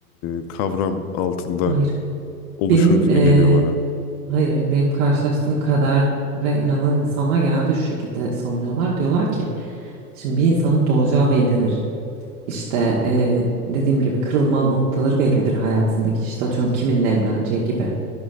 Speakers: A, on the left (about 35°); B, on the right (about 55°).
A: e, kavram altında
B: Hayır
A: oluşur
B: benim
A: gibi
B: e,
A: geliyor bana.
B: hayır hayır, benim karşılaştığım kadere inanan insanlar genelde şu şekilde savunuyorlar. Diyorlar ki şimdi bir insanın doğacağı bellidir. İşte eee, dediğim gibi kırılma noktaları bellidir hayatındaki işte atıyorum kiminle evleneceği gibi